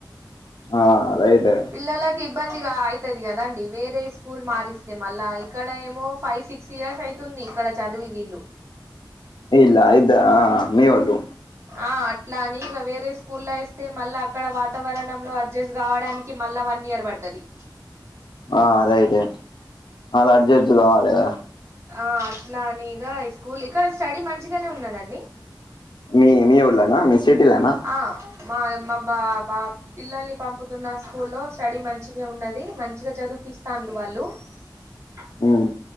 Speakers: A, on the left (about 75°); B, on the right (about 35°).
A: ఆ అదైతె
B: పిల్లలకు ఇబ్బందిగా అయితది కదండి వేరే స్కూల్ మారిస్తే మళ్ళా ఇక్కడ ఏమో ఫైవ్ సిక్ క్స్ ఇయర్స్ అవుతుంది ఇక్కడ చదివి వీళ్ళు
A: ఇల్ల యిద్ద ఆ మీవొళ్ళు
B: ఆ అట్లా అని ఇగ వేరే స్కూల్ల్లో వేస్తే మళ్ళా అక్కడ వాతావరణంలో అడ్జస్ట్ కావడాని కి మళ్ళా వన్ ఇయర్ పడుతది
A: ఆ రైట్ ఏ ఆల్ అడ్జడ్ట్ కావాలి గద
B: ఆ అట్లా అనిగా స్కూల్ ఇక్కడ స్టడీ మంచిగానే ఉన్నాదండి
A: మీ మీ ఊల్లొనా మీ సిటీలోనా
B: ఆ మా మా బా బాబ్ పిల్లల్ని పంపుతున్న స్కూల్ లో స్టడీ మంచిగా ఉన్నది మంచిగా చదుపిస్తాంరు వాళ్ళు <unintelligible>
A: హ్మ్